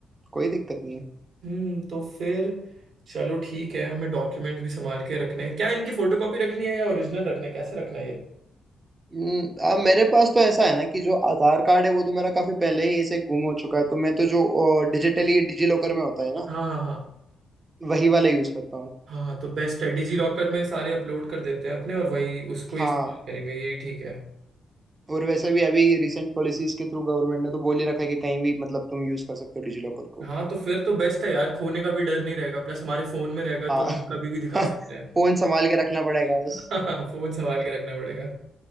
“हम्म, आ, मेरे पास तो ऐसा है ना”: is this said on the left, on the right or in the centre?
Right